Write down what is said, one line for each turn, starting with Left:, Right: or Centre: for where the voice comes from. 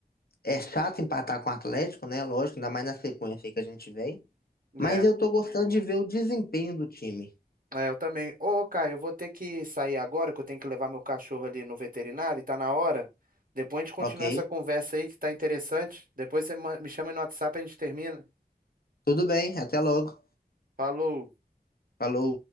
Left: é chato empatar com o Atlético, né? Lógico, ainda mais na sequência aí que a gente vem.
Right: É,
Left: Mas eu tô gostando de ver o desempenho do time,
Right: é, eu também. Ô, Caio, eu vou ter que sair agora, que eu tenho que levar meu cachorro ali no veterinário, e tá na hora. Depois a gente continua
Left: ok?
Right: essa conversa aí que tá interessante. Depois você ma- me chama aí no WhatsApp e a gente termina.
Left: Tudo bem, até logo.
Right: Falou.
Left: Falou.